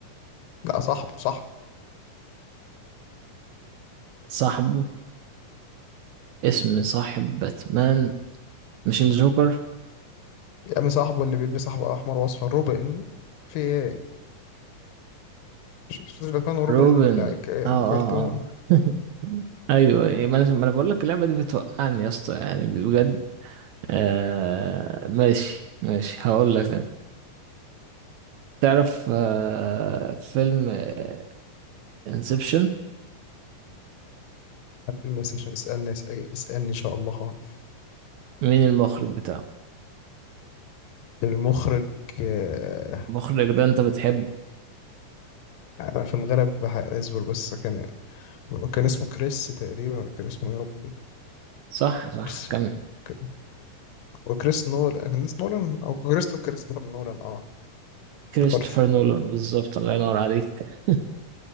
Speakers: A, on the left; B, on the right.
A: لا صاحبه صاحبه
B: صاحبه اسم صاحب باتمان مش الجوكر
A: يا عم صاحبه اللي بيلبس أحمر وأصفر روبن في إيه؟ شخصية باتمان وروبن
B: روبن
A: ال- الك- الكرتون
B: اه اه اه <laughs> ايوه أيوة، ما انا ما أنا بقول لك اللعبة دي بتوقعني يا اسطى يعني بجد آه ماشي ماشي هقول لك تعرف آه، فيلم آه، انسبشن
A: حد الميس عشان اسألني اسأ- اسألني إن شاء الله هعرف
B: مين المخرج بتاعه
A: المخرج آه،
B: المخرج ده انت بتحبه
A: أنا في الغالب بح- أصبر بس كان كان اسمه كريس تقريبا ولا كان اسمه يا رب
B: صح صح
A: كريس
B: كمل
A: ك- وكريس نولان كان اسمه نولان أو كريس كريستوفر نولان اه افتكرت
B: كريستوفر نولان بالظبط الله ينور عليك